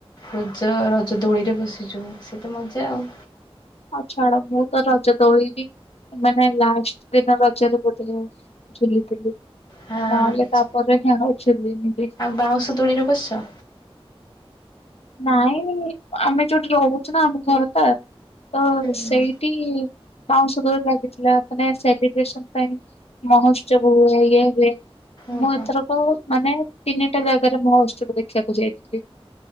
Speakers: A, on the left; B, on the left.
A: ରଜ -ରଜ ଦୋଳିରେ ବସିଚୁ ସେ ତ ମଜା ଆଉ।
B: ଆଉ ଛାଡ ମୁଁ ତ ରଜଦୋଳି ବି ମାନେ ଲାଷ୍ଟ୍ ଦିନ ରଜରେ ଗୋଟେ ଝୁଲିଥିଲି
A: ହଁ ଆଚ୍ଛା
B: ନହେଲେ ତାପରେ ହିଁ ଆଉ ଝୁଲିନି।
A: ଆଉ ବାଉଁଶ ଦୋଳିରେ ବସିଚ?
B: ନାଇଁ ଆମେ ଯଉଠି ରହୁଚୁ ନା ଆମ ଘର ଟା ତ
A: ହୁଁ
B: ସେଇଠି
A: ହୁଁ
B: ବାଉଁଶ ଦୋଳି ଲାଗିଥିଲା ମାନେ ସେଲିବ୍ରେସନ୍ ପାଇଁ। ମହୋତ୍ସବ ହୁଏ ଇଏ ହୁଏ।
A: ଓହୋ
B: ମୁଁ ଏଥରକ ମାନେ ତିନିଟା ଜାଗାରେ ମହୋତ୍ସବ ଦେଖିବାକୁ ଯାଇଥିଲି।